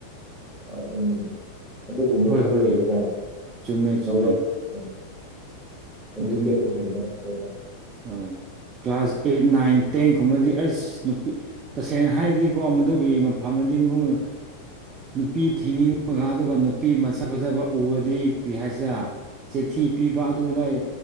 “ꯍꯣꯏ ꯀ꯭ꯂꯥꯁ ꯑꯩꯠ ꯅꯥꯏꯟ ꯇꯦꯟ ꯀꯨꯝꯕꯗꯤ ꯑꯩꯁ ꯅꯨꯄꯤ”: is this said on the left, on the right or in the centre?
Right